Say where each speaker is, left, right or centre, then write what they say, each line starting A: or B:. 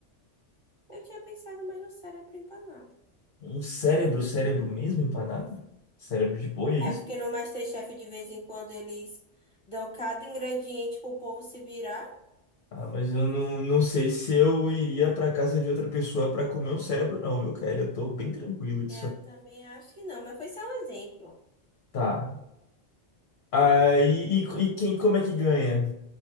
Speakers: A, on the left (about 30°); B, on the left (about 50°).
A: Eu tinha pensado mais no cérebro empanado.
B: Um cérebro, cérebro mesmo empanado? Cérebro de boi, é isso?
A: É porque no MasterChef de vez em quando eles dão cada ingrediente pro povo se virar.
B: Ah, mas eu não, não sei se eu iria pra casa de outra pessoa pra comer um cérebro, não, viu, Kelly? Eu tô bem tranquilo disso
A: Eu
B: aí.
A: também acho que não, mas foi só um exemplo.
B: Tá. Aí, e, e quem, como é que ganha